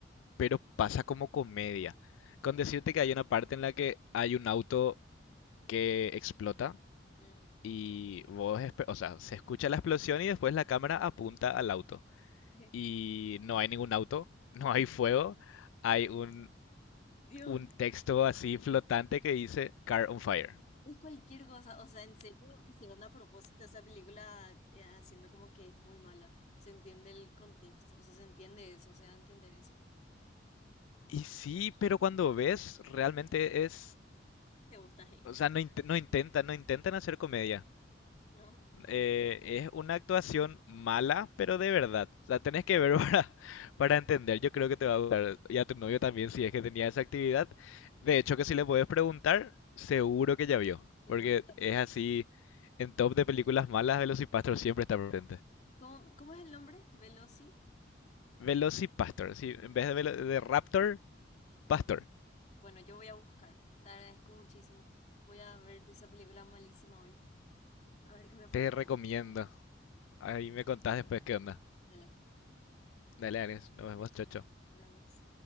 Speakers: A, on the left; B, on the left.
A: pero pasa como comedia. Con
B: sí.
A: decirte que hay una parte en la que hay un auto que explota
B: Mm.
A: Y vos, espe- o sea, se escucha la explosión y después la cámara apunta al auto.
B: <laughs>
A: Y no hay ningún auto, <laughs> no hay fuego, hay un,
B: Dios
A: un texto
B: mío.
A: así flotante que dice Car on Fire.
B: Es cualquier cosa, o sea, en serio hicieron a propósito esa película eh, haciendo como que es muy mala. Se entiende el contexto, o sea, se entiende eso, o sea, entender eso.
A: Y sí, pero cuando ves, realmente es,
B: Te gusta ahí,
A: o sea, no, int- no intentan, no intentan hacer comedia.
B: ¿no?
A: eh, es una actuación mala, pero de verdad. La tenés que ver <laughs> para, para entender. Yo creo que te va a gustar. Y a tu novio también, si es que tenía esa actividad. De hecho, que si le puedes preguntar, seguro que ya vio.
B: Seguro
A: Porque
B: que ya vieron.
A: es así, en top de películas malas, Velocipastor siempre está presente.
B: ¿Cómo, cómo es el nombre? Veloci.
A: Velocipastor, sí, en vez de, velo- de Raptor, Pastor.
B: Bueno, yo voy a buscar. Te agradezco muchísimo. Voy a ver esa película malísima hoy. A ver qué me parece.
A: Te recomiendo. Ahí me contás después qué onda.
B: Dale,
A: Dale, Ares, nos vemos, chocho.
B: hablamos.